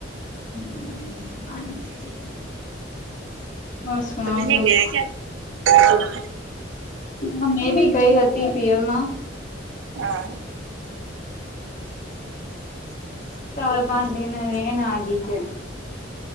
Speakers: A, on the left; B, on the right.
A: હમશ છે હ શણાવજોું
B: તમે નહીં ગયા ક્યાં
A: હા મેં બી ગઈ હતી પિયરમાં
B: હા
A: ચાર પાંચ દિન એનાગી છે